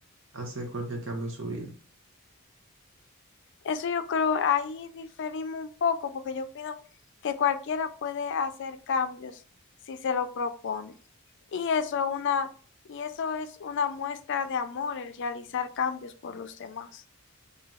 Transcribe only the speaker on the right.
hacer cualquier cambio en su vida.